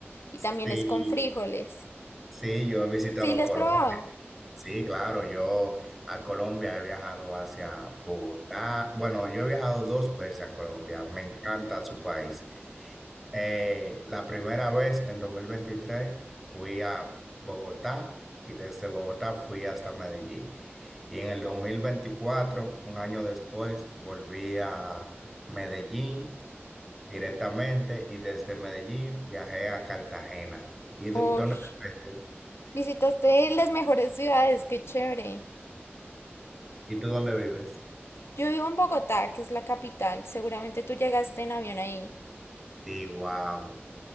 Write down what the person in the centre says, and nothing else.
Sí,
sí, yo he visitado
Colombia.
Sí, claro, yo a Colombia he viajado hacia Bogotá. Bueno, yo he viajado dos veces a Colombia, me encanta su país. Eh, la primera vez en 2023 fui a Bogotá y desde Bogotá fui hasta Medellín. Y en el 2024, un año después, volví a Medellín directamente y desde Medellín viajé a Cartagena. ¿Y dó-
dónde vives tú?
¿Y tú dónde vives?
Sí, wow.